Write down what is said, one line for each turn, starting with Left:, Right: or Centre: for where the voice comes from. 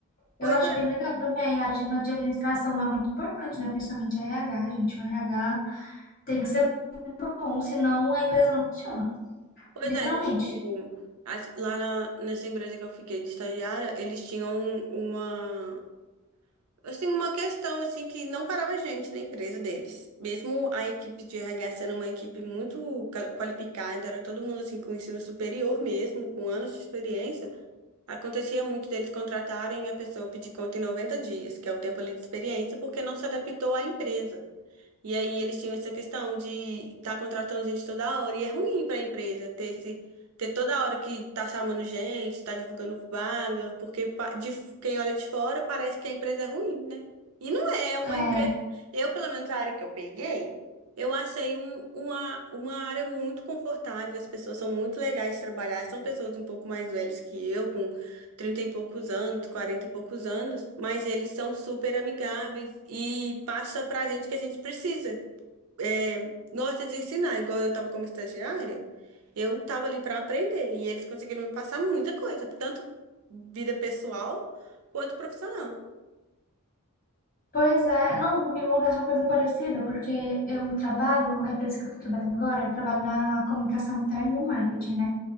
Left: Eu
Right: Pois
Left: acho
Right: é.
Left: bem legal também, a área de, de administração é muito importante, né? Principalmente RH, gente. O RH tem que ser bom, senão a empresa não funciona,
Right: Pois
Left: literalmente.
Right: é, tipo, as- lá na, nessa empresa que eu fiquei de estagiária, eles tinham uma, assim, uma questão, assim, que não parava gente na empresa deles. Mesmo a equipe de RH sendo uma equipe muito ca- qualificada, era todo mundo, assim, com ensino superior mesmo, com anos de experiência, acontecia muito deles contratarem e a pessoa pedir conta em 90 dias, que é o tempo ali de experiência, porque não se adaptou à empresa. E aí eles tinham essa questão de estar contratando gente toda hora. E é ruim para a empresa ter esse, ter toda hora que tá chamando gente, tá divulgando vaga, porque pa- de, f- quem olha de fora parece que a empresa é ruim, né? E não é é uma
Left: É,
Right: empresa. Eu, pelo menos a área que eu peguei, eu achei um- uma, uma área muito confortável. As pessoas são muito legais de trabalhar, são pessoas um pouco mais velhas que eu, 30 e poucos anos, 40 e poucos anos, mas eles são super amigáveis e passa pra gente o que a gente precisa. É, gosta de ensinar, igual eu tava como estagiária, eu tava ali para aprender e eles conseguiram me passar muita coisa, tanto vida pessoal quanto profissional.
Left: pois é. Não, comigo acontece uma coisa parecida, porque eu trabalho, a empresa que eu tô trabalhando agora, eu trabalho na comunicação interna e no marketing, né?